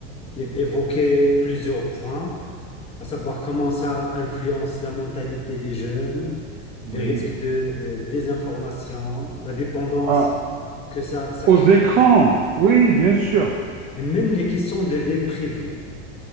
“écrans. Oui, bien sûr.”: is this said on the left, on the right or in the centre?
Right